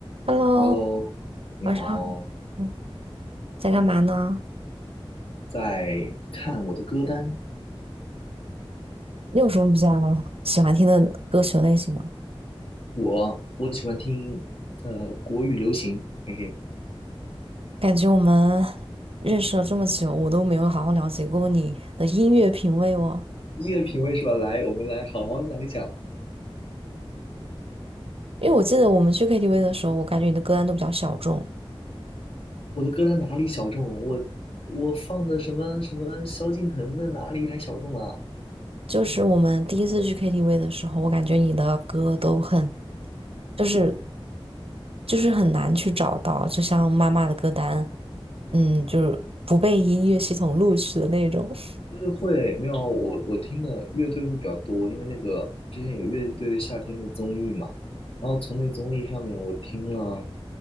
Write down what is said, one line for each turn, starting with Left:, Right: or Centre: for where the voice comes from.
Right: Hello，
Left: Hello，你好。
Right: 晚上好，嗯在干嘛呢？
Left: 在看我的歌单，
Right: 你有什么比较喜欢听的歌曲类型吗？
Left: 我我喜欢听呃国语流行，嘿嘿，
Right: 感觉我们认识了这么久，我都没有好好了解过你的音乐品味哦。
Left: 音乐品味是吧？来，我们来好好讲一讲
Right: 因为我记得我们去 KTV 的时候，我感觉你的歌单都比较小众。
Left: 我的歌单哪里小众？我我放的什么什么萧敬腾的哪里还小众啊？
Right: 就是我们第一次去 KTV 的时候，我感觉你的歌都很，就是就是很难去找到，就像妈妈的歌单，嗯，就是不被音乐系统录取的那种。<laughs>
Left: 就是会没有啊我我听的乐队会比较多，因为那个之前有乐队的夏天那个综艺嘛，然后从那个综艺上面我听了，